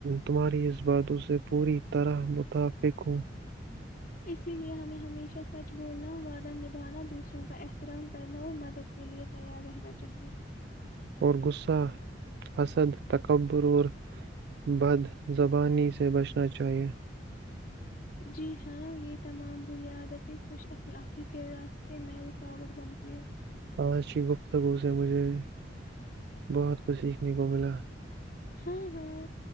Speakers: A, on the right (about 60°); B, on the left (about 55°).
A: تمہاری اس باتوں سے پوری طرح متفق ہوں
B: اسی لے ہمیں ہمیشہ سچ بولنا وعدہ نبھانا دوسروں کا احترام کرنا اور مدد کےلئے تیار رہنا چاہیئے
A: اور غصہ حسد تکبر اور بد زبانی سے بچنا چاہیے
B: جی ہاں یہ تمام بنیادتی خوش اخلاقی کے راستے میں رکاوٹ بنتی ہے
A: آشی گفتگو سے مجھے بہت کچھ سیکھنے کو ملا
B: ہاں ہاں